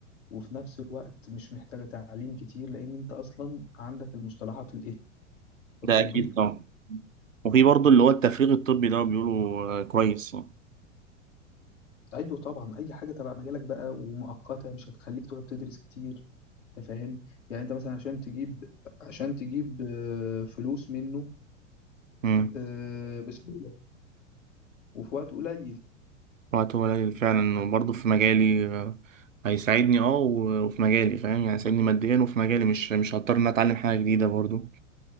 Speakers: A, on the left; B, on the right.
A: وفي نفس الوقت مش محتاجة تعليم كتير لأن أنت أصلا عندك المصطلحات الإيه
B: ده
A: الطبية
B: أكيد طبعا وفي برضه اللي هو التفريغ الطبي ده بيقولوا آه، كويس يعني
A: أيوه طبعا أي حاجة تبع مجالك بقى ومؤقتة مش هتخليك تقعد تدرس كتير أنت فاهم يعني أنت مثلا عشان تجيب عشان تجيب آه، فلوس منه
B: مم.
A: آه، بسهولة وفي وقت قليل
B: وقته قليل فعلا وبرضه في مجالي آه، هيساعدني اه و- وفي مجالي فاهم يعني هيساعدني ماديا وفي مجالي مش مش هضطر ان أنا اتعلم حاجة جديدة برضه